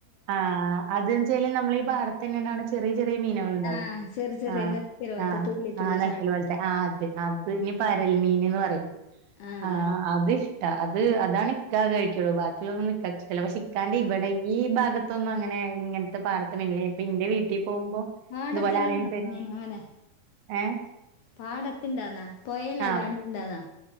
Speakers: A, on the right (about 80°); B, on the left (about 70°).
A: ആഹ് അതുചെല് നമ്മൾ ഈ പാടത്ത് തന്നെ ഉണ്ടാവുന്ന ചെറിയ ചെറിയ മീനകൾ ഉണ്ടാവും
B: ആഹ് ചെറിയ ചെറിയ
A: ആഹ്
B: നെക്കല് പോലത്തെ
A: ആഹ്
B: തുള്ളി തുള്ളി
A: ആഹ് നടക്കല
B: ചാടുന്ന
A: വൾത്തെ ആഹ് അതെ അത് ഇനി പരൽമീൻ എന്ന് പറയും
B: ആഹ്
A: ആ
B: ആഹ്
A: അതി അത് അതാണ് ഇക്ക കഴിക്കുള്ളൂ ബാക്കി ഒള്ളത് ഒന്നും ഇക്കാക്ക് ഇഷ്ടല്ല പക്ഷെ ഇക്കാന്റെ
B: ഏഹ്
A: ഇവിടെ ഈ ഭാ അകത്തൊന്നും അങ്ങനെ ഇങ്ങനത്തെ പാടത്ത് മെല്ലേ ഇപ്പൊ ഇന്റെ വീട്ടിൽ പോകുമ്പോ
B: മാടത്തെല്ല
A: ഇതുപോലെ ആരേലും
B: ഉണ്ടോ <unintelligible>
A: തരും
B: മീനെ
A: ഏഹ്
B: പാടത്തിണ്ടാന്നാ പുയലല്ലാണ്ടിണ്ടന്നാ
A: ആഹ്